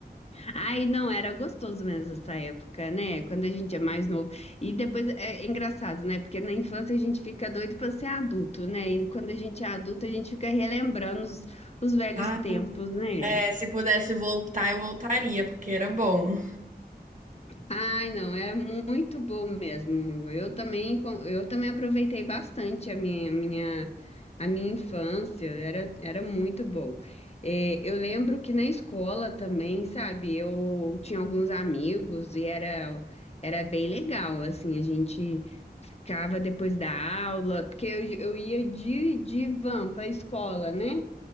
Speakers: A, on the left; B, on the right.
A: ai, não, era gostoso mesmo essa época, né? Quando a gente é mais novo. E depois é é engraçado, né? Porque na infância a gente fica doido para ser adulto, né? E quando a gente é adulto, a gente fica relembrando os, os velhos
B: Ah,
A: tempos, né?
B: eh, se pudesse voltar, eu voltaria, porque era bom.
A: Ai, não, é muito bom mesmo. Eu também, con- eu também aproveitei bastante a minha, minha, a minha infância, era, era muito bom. Eh, eu lembro que na escola também, sabe, eu tinha alguns amigos e era, era bem legal, assim, a gente ficava depois da aula, porque eu, eu ia de, de van para a escola, né?